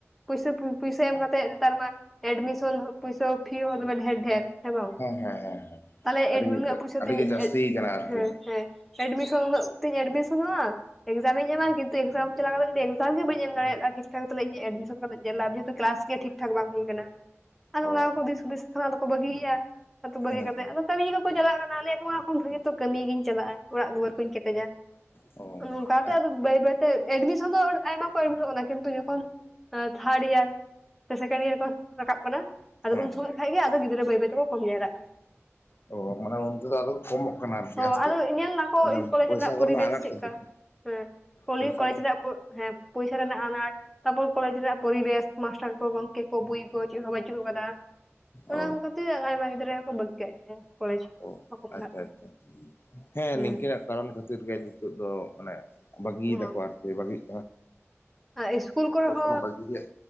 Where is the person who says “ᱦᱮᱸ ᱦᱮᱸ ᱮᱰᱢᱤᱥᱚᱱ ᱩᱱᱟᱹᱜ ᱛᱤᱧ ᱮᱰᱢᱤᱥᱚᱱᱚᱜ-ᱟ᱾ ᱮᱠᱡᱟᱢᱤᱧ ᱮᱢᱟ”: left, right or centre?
Centre